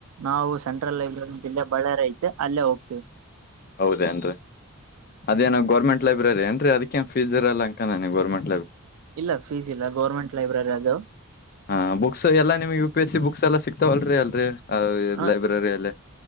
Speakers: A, on the right; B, on the left.
A: ನಾವು ಸೆಂಟ್ರಲ್ ಲೈಬ್ರರಿ ಇಲ್ಲೆ ಬಳ್ಳಾರಿ ಐತೆ ಅಲ್ಲೇ ಹೋಗ್ತೇವ.
B: ಹೌದೇನ್ರಿ ಅದೇನೋ ಗೋರ್ಮೆಂಟ್ ಲೈಬ್ರರಿ ಅನ್ರಿ ಅದ್ಕ್ಕೇನ್ ಫೀಸ್ ಇರಲ್ಲ ಅನ್ನಕ್ಕಡೆನಿ ಗೋರ್ಮೆಂಟ್.
A: ಇಲ್ಲ ಫೀಸ್ ಇಲ್ಲ ಗೌರ್ಮೆಂಟ್ ಲೈಬ್ರರಿ ಅದು.
B: ಹಾ ಬುಕ್ಸ್ ಎಲ್ಲಾ ನಿಮ್ಗ U P S C books ಎಲ್ಲಾ ಸಿಕ್ತಾವಲ್ರರಿ ಅಲ್ರರಿ.
A: ಹ
B: ಲೈಬ್ರರಿ ಅಲ್ಲಿ